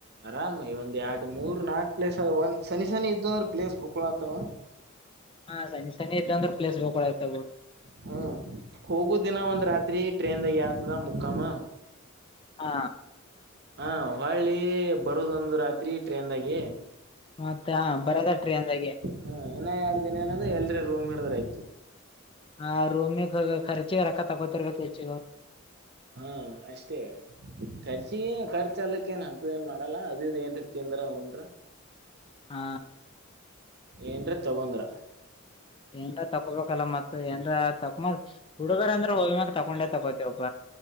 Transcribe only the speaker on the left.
ಹಾ ಸನ ಸಿ ಇದ್ದ ಅ್ರ ಪ್ೇಸ್ಳ ಆ್ತ.
ಹಾ.
ಮತ್ತೆ ಬರದ ಟ್ರೇನ್ಾಗೆ.
ಹಾ ರೂಮ್ ಖರ್ಚ ರೊಕ್ಕ ತಗೋತರ್ಬೇಕು ಹೆಚ್ಚ ಅವರು.
ಹಾ.
ಏನ್ರ ತಕೊಳ್ಬೇಕಲ್ಲ ಮತ್ತ ಏನ್ರ. ತಕಮ ಹುಡುಗರ್ ಅಂದ್ರೆ ಹೋಗಿ್ಮ್ಯಾಗಕ್ ತಕೊಂಡೆ ತಕೋತಿ ಒಬ್ಬ.